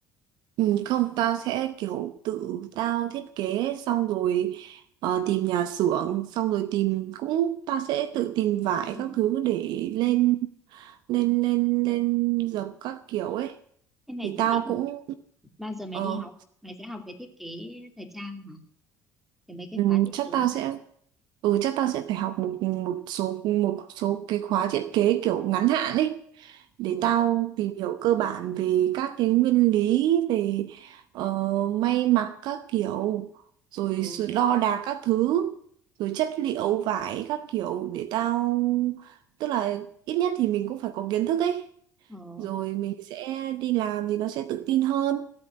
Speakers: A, on the right; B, in the centre.
A: Ừ, không, tao sẽ kiểu tự tao thiết kế xong rồi ờ, tìm nhà xưởng xong rồi tìm cũng tao sẽ tự tìm vải
B: Ừ.
A: các thứ để lên lên lên lên dập các kiểu ấy
B: Thế mày
A: thì
B: dự
A: tao
B: định
A: cũng
B: bao giờ mày
A: ờ
B: đi học? Mày sẽ học về thiết kế thời trang hả? Thì mấy cái
A: Ừ,
B: khóa thiết
A: chắc
B: kế.
A: tao sẽ ừ chắc tao sẽ phải học một một số một số cái khóa thiết kế kiểu ngắn hạn ấy để
B: Ồ,
A: tao tìm hiểu cơ bản về các cái nguyên lý về ờ, may mặc các kiểu rồi
B: ồ,
A: sự đo đạc các thứ rồi chất liệu vải các kiểu để tao tức là ít nhất thì mình cũng phải có kiến thức ấy
B: ồ.
A: rồi mình sẽ đi làm thì nó sẽ tự tin hơn